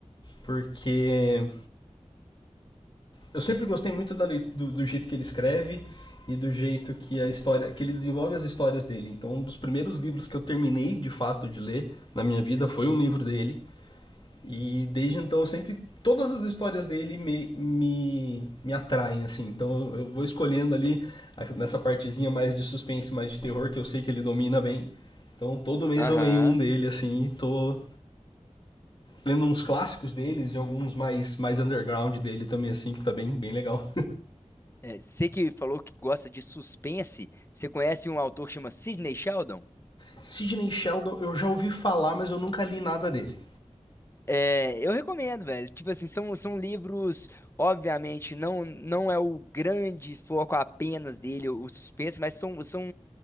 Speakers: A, on the left; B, on the left.
A: Porque eu sempre gostei muito da do, do jeito que ele escreve e do jeito que a história que ele desenvolve as histórias dele. Então, um dos primeiros livros que eu terminei de fato de ler na minha vida foi um livro dele e desde então eu sempre todas as histórias dele me me, me atraem assim. Então, eu vou escolhendo ali nessa partezinha mais de suspense, mais de terror que eu sei que ele domina bem. Então, todo mês
B: aham.
A: eu leio um dele assim, e tô lendo uns clássicos deles e alguns mais mais underground dele também assim, que tá bem bem legal.
B: É, você que falou que gosta de suspense, você conhece um autor que chama Sidney Sheldon?
A: Sidney Sheldon, eu já ouvi falar, mas eu nunca li nada dele.
B: É, eu recomendo, velho. Tipo assim, são, são livros, obviamente, não não é o grande foco apenas dele, o suspense, mas são são